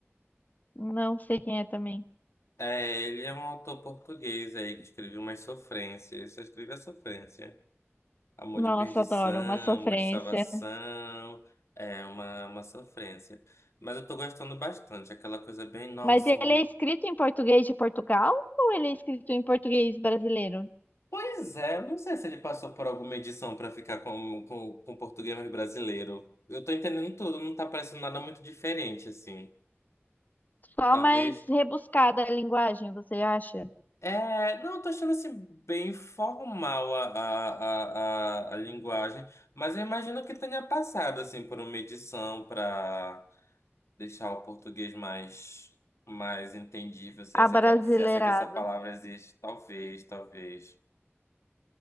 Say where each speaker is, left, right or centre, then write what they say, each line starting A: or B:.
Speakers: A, on the left; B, on the left.
A: Não sei quem é também.
B: É, ele é um autor português aí que escreveu umas sofrências. Ele Só escreve a sofrência. Amor
A: Nossa,
B: de perdição,
A: adoro, uma sofrência.
B: amor de salvação. É uma, uma sofrência. Mas eu tô gostando bastante. Aquela coisa bem, nossa,
A: Mas ele
B: um amor.
A: é escrito em português de Portugal ou ele é escrito em português brasileiro?
B: Pois é, não sei se ele passou por alguma edição pra ficar com, com, com português mais brasileiro. Eu tô entendendo tudo, não tá parecendo nada muito diferente, assim.
A: Só
B: Talvez.
A: mais rebuscada a linguagem, você acha?
B: É, não, eu tô achando assim bem formal a, a, a, a, a linguagem, mas eu imagino que tenha passado assim por uma edição para deixar o português mais, mais entendível, se essa,
A: Abrasileirado.
B: que- se essa que essa palavra existe, talvez, talvez.